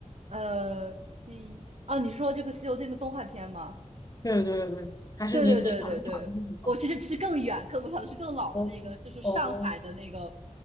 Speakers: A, on the right; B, on the left.
A: 呃，西啊，你是说这个《西游记》那个动画片吗？
B: 对对对对，还是你你想你想的是什么？
A: 对对对对对，我其实其实更远，更我想的是更老的那个，
B: 哦
A: 就是上海的那个，
B: 哦